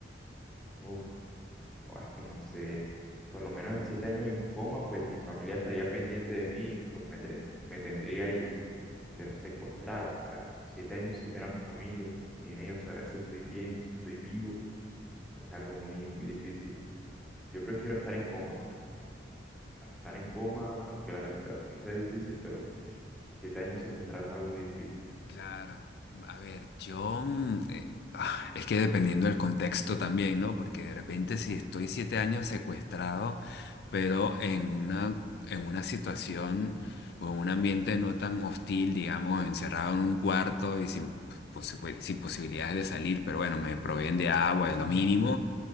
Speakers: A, in the centre; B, on the left.
A: uf, ah, es que no sé, es- por lo menos en siete años en coma, pues mi familia estaría pendiente de mí, pues me, tren- me tendría ahí. pero secuestrado, o sea, siete años sin ver a mi familia, sin ellos saber si estoy bien, si estoy vivo, es algo muy, muy difícil. Yo prefiero estar en coma, a estar en coma, aunque la recuperación sea difícil, pero siete años secuestrado es algo muy difícil.
B: Claro, a ver, yo mm, eh, ah, es que dependiendo del contexto también, ¿no? Porque de repente si estoy siete años secuestrado, pero en una, en una situación o en un ambiente no tan hostil, digamos, encerrado en un cuarto y sin, posi- pues, sin posibilidades de salir, pero bueno, me proveen de agua, es lo mínimo.